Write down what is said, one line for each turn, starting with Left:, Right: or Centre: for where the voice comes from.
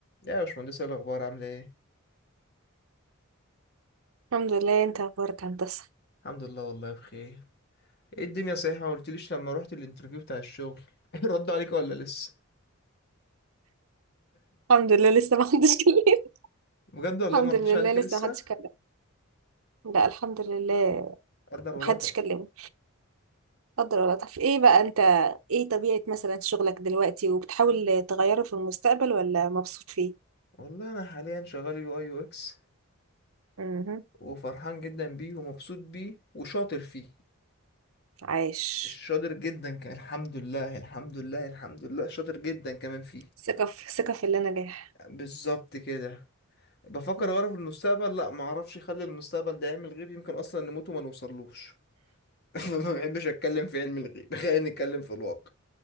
Left: يا باشمهندس ايه الاخبار عامله ايه
Right: الحمد لله انت اخبارك هندسه
Left: الحمد لله والله بخير ايه الدنيا صحيحه ما قلتليش لما رحت الانترفيو بتاع الشغل <laughs> ردوا عليك ولا لسه
Right: الحمد لله لسه ما حدش كلمني
Left: بجد
Right: <laughs>
Left: والله
Right: الحمد
Left: ما ردوش
Right: لله
Left: عليك
Right: لسه
Left: لسه
Right: ما حدش كلم لا الحمد لله
Left: قدر
Right: ما
Left: ولطف
Right: حدش كلمني قدر ولا طب ايه بقى انت ايه طبيعه مثلا شغلك دلوقتي وبتحاول تغيره في المستقبل ولا مبسوط فيه
Left: والله انا حاليا شغال يو اي يو اكس
Right: امم
Left: وفرحان جدا بيه ومبسوط بيه وشاطر فيه
Right: عايش
Left: شاطر جدا كان الحمد لله الحمد لله الحمد لله شاطر جدا كمان فيه
Right: ثقه في ثقه في اللي نجاح
Left: بالظبط كده بفكر
Right: مم.
Left: اعرف المستقبل لا ما اعرفش اخلي المستقبل ده يعمل غيب يمكن اصلا نموت وما نوصلوش <laughs> ما بحبش اتكلم في علم الغيب خلينا نتكلم في الواقع